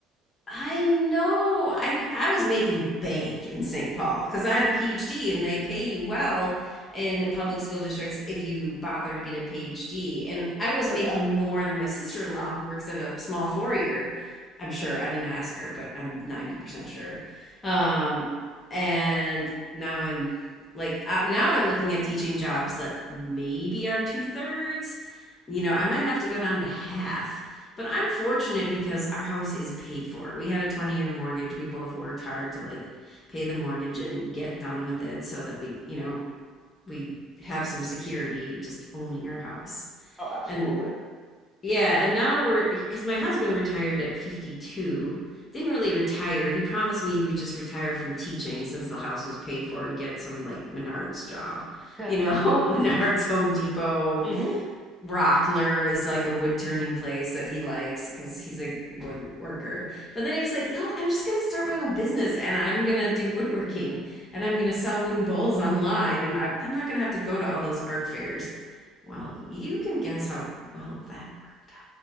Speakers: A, on the left; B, in the centre.
A: I know. I'm I was making bank in St. Paul because I had a PhD and they pay you well in public school districts if you bother to get a PhD. And I was
B: Oh
A: making
B: yeah.
A: more than my sister-in-law who works at a small four-year. I'm sure. I didn't ask her, but I'm 90% sure. Um, and now I'm like uh, now I'm looking at teaching jobs that maybe are two-thirds. You know, I might have to go down to half but I'm fortunate because our house is paid for. We had a 20 year mortgage. We both worked hard to like pay the mortgage and get done with it so that we, you know, we have some security just owning our house.
B: Oh, absolutely.
A: And yeah, and now we're because my husband retired at 52. Didn't really retire. He promised me he would just retire from teaching since the house was paid for and get some like Menards job.
B: <laughs>
A: You know, <laughs> Menards, Home Depot,
B: hmm
A: Rockler is like a wood turning place that he likes because he's a woodworker. But then he's like, no, I'm just going to start my own business and I'm going to do woodworking and I'm going to sell wooden bowls online and I, I'm not going to have to go to all those art fairs. Well, you can guess how well that worked